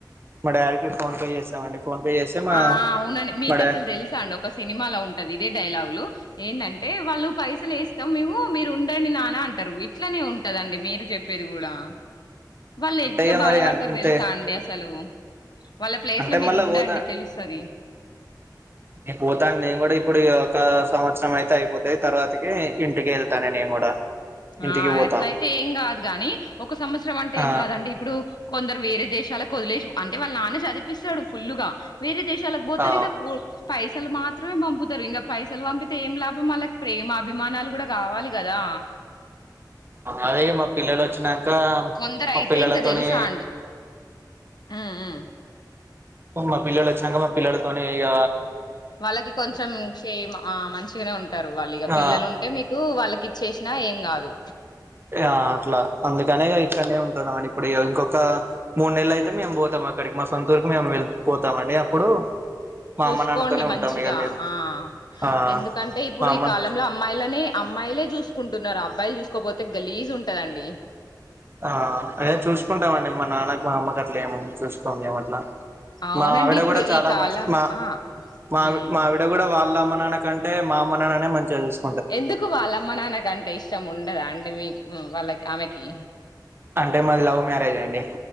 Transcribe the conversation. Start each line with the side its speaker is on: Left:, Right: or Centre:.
Right: మా డాారిీకి ఫోన్ పే చేస్తామండి ఫోన్ పే చేస్తే మా
Left: ఆ అవునండి మీకు
Right: మా డాడీ
Left: అసలు తెలుసా అండి ఒక సినిమాలో ఉంటది ఇదే డైలాగులు ఏన్ దం టె వాళ్ళు పైసలు వేస్తాం మేము మీరు ఉ ం నాన్న అంటారు ఇట్లానే ఉంట కదండి మీరు చెప్పేది కూడా వాళ్ళు
Right: అంటే
Left: ఎట్లా
Right: ఇక
Left: బాధపడతారు
Right: మరి అంతే
Left: తెలుసా అండి అసలు వాళ్ళ ప్లేస్
Right: అంటే
Left: లో మీరు
Right: మళ్ళా
Left: ఉండండి
Right: పోతా
Left: తెలుస్తుంది
Right: నేను పోతాను నేను కూడా ఇప్పుడు ఒక సంవత్సరం అయితే అయిపోతాయి తర్వాతకి ఇంటికి వెళ్తాను నేను కూడా ఇంటికి
Left: ఆ
Right: పోతా
Left: అట్ల అయితే ఏం కాదు గానీ ఒక సంవత్సరం అంటే
Right: ఆ
Left: ఏం కాదండి ఇప్పుడు కొందరు వేరే దేశాలకు వదిలే అంటే వాళ్ళ నాన్న చదిపిస్తాడు ఫుల్లు గా వేరే దేశ చాల బోతరిగా
Right: ఆ
Left: పై పైసలు మాత్రమే పంపుతారు ఇంకా పైసలు పంపితే ఏం లాభం వాళ్ళకి ప్రేమ అభిమానాలు కూడా కావాలి కదా
Right: అదే మా పిల్లడ వచ్చిన ఆ
Left: కొందరు
Right: మా
Left: అయితే
Right: పిల్లలతోని
Left: ఇంకా తెలుసా అండి ఉమ్ ఉమ్
Right: ఉ మా పిల్లలు వచ్చినంక పిల్లలతోనే ఇగ
Left: వాళ్ళకి కొంచెం చేమ్ ఆ మంచి చిన ఉంది టరు వాళ్ళు ఇగ
Right: ఆ
Left: పిల్లలు ఉంటే మీకు వాళ్ళకి ఇచ్చేసినా ఏం కాదు
Right: ఆ అట్లా అందుకనే ఇక్కడనే ఉంటున్నాం ఇప్పుడు ఇంకొక మూడు నెలలు అయితే మేము పోతాం అక్కడికి మా కొంతవరకు మేము వెలిపోతామండి అప్పుడు మా
Left: చూసుకోండి
Right: అమ్మ నాన్నతోనే
Left: మంచిగా
Right: ఉంటాం ఇక మీరు
Left: ఆ
Right: ఆ
Left: ఎందుకంటే ఇప్పుడు
Right: మా అమ్మ
Left: ఈ కాలంలో అమ్మాయిలనే అమ్మాయిలే చూసు కుంటున్నారు ఆ అబ్బాయిలు చూసుకోపోతే గలీజు ఉంటదండి
Right: ఆ అదే చూసుకుంటామండి మా నాన్నకు మా అమ్మకు గ అట్లు ఏముంది చూస్కోంది ఏట్లా
Left: అవునండి
Right: మా ఆవిడ
Left: ఇప్పుడు
Right: కూడా చాలా
Left: ఈ కాలం
Right: మ మా
Left: ఆ
Right: మా
Left: ఉమ్
Right: మా ఆవిడ కూడా వాళ్ళ అమ్మ నాన్న కంటే మా అమ్మ నాన్ననే మంచిగ రాసిస్తారు
Left: ఎందుకు వాళ్ళ అమ్మ నాన్న కంటే ఇష్టం ఉండదా అండి మీకు ఉమ్ వాళ్ళకి ఆమెకి
Right: అంటే మాది లవ్ మ్యారేజ్ అండి